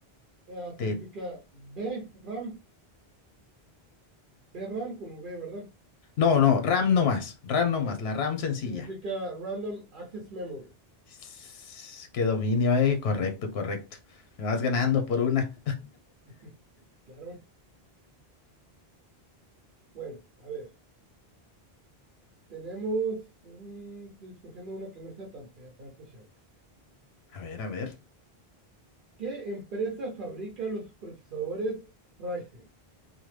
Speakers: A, on the right; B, on the left.
A: Ah,
B: ¿Te,
A: significa B, RAM, Ve RAM con V, ¿verdad?
B: No, no, RAM no más, RAM no
A: RAM
B: más, la RAM sencilla.
A: significa Random Access Memory.
B: Sss, Qué dominio, eh, correcto, correcto. Me vas ganando por una.
A: <laughs> Claro. Bueno, a ver. Tenemos. mm, estoy escogiendo una que no sea tan fea, aparte, chance.
B: <laughs> A ver, a ver.
A: ¿Qué empresa fabrica los procesadores Ryzen?